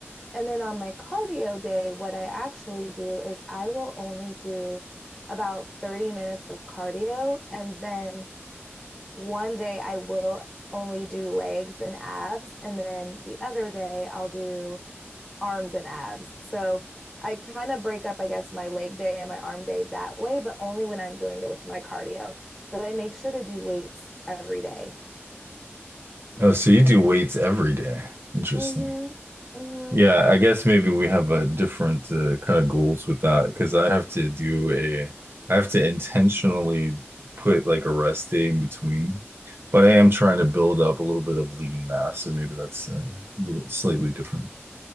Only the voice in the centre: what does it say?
And then on my cardio day, what I actually do is I will only do about 30 minutes of cardio. And then one day I will only do legs and abs. And then the other day I'll do arms and abs. So I kind of break up, I guess, my leg day and my arm day that way, but only when I'm doing it with my cardio. But I make sure to do weights every day.
Mm-hmm. Mm-hmm.